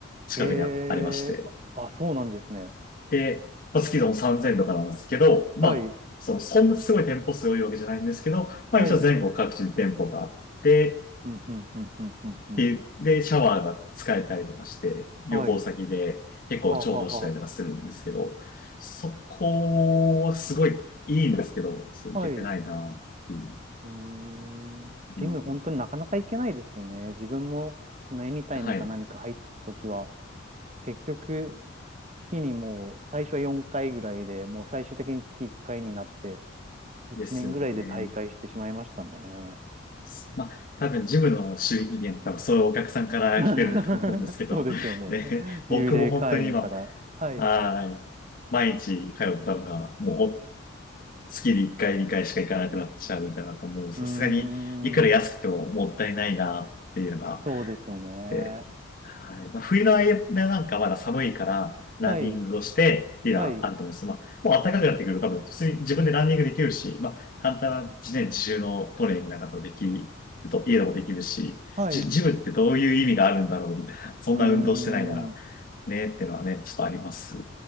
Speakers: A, on the left; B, on the right.
A: 近くにあ、
B: ええあ、
A: ありまして。
B: あそうなんですね。
A: で、まあ、月でも3000とかなんですけど、まあ、
B: はい。
A: その、そんなすごい店舗数多いわけじゃないんですけど、まあ一応全国各地に店舗があって、
B: はい。うん、うん、うん、うん、うん、うん。
A: で、で、シャワーが使えたりとかして、
B: はい。
A: 旅行先で結構重宝したりとかするんですけど、
B: はあはあは
A: そこはすごいいいんですけど、そういけてないなっていう。
B: あ。はい。うーん。ジム、
A: うん、
B: 本当になかなか行けないですよね。自分も、そのエニタイムか何か入ってた時は、
A: はい。
B: 結局、月にもう最初は4回ぐらいで、もう最終的に月1回になって、1年ぐらいで退会してしまいましたね。
A: ですよね。すまあ、多分ジムの収益源、多分そういうお客さんから来てるんだと思うんですけど、
B: <laughs> そうですよね。
A: で、
B: 幽霊会員から。
A: 僕も本当に今、
B: はい。
A: はい。
B: う
A: 毎日通ってたのが、も月に1回、2回しか行かなくなっちゃうみたいなと思う。さすがに、
B: ーん。
A: いくら安くてももったいないなっていうのがあっ
B: そうですよね。
A: て、はい。まあ、冬の間なんかまだ寒いから、ランニングをして、
B: はい。
A: っていうのはあると思うんですけど、
B: はい。
A: まあ、もう暖かくなってくると多分、普通に自分でランニングできるし、まあ、簡単な自然自重のトレーニングなんかもできる。と、家でもできるし、
B: はい。
A: ジ、ジムってどういう意味があるんだろうみたいな、そんな運動してないなら、
B: うーん。
A: ねってのはね、ちょっとあります。